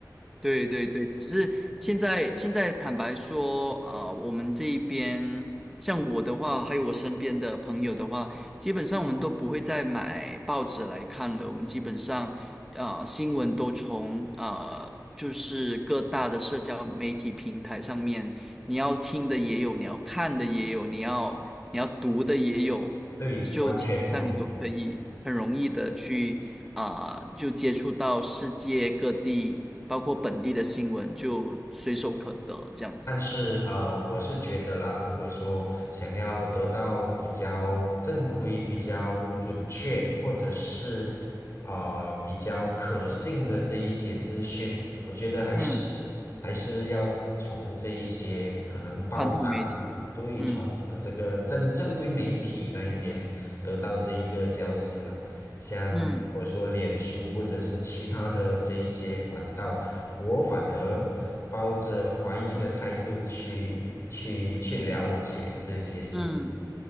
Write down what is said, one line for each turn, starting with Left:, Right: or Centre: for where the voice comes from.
Centre: 对对对，只是现在现在坦白说啊、我们这一边像我的话，还有我身边的朋友的话，基本上我们都不会再买报纸来看了。我们基本上啊、新闻都从啊、就是各大的社交媒体平台上面，你要听的也有，你要看的也有，你要你要读的也有，
Left: 对，
Centre: 就基本上你都可以很容易的去。
Left: 完全同意。
Centre: 啊、就接触到世界各地，包括本地的新闻，就随手可得这样子。
Left: 但是呃，我是觉得啦，如果说想要得到比较正规、比较准确，或者是呃比较可信的这一些资讯，我觉得还是
Centre: 嗯
Left: 还是要从这一些可能报章对传统的这个正正规媒体那一边得到这一个消息了。
Centre: 传统媒体，嗯。
Left: 像我说脸书或者是其他的这一些管道，
Centre: 嗯
Left: 我反而抱着怀疑的态度去去去了解这些信息。
Centre: 嗯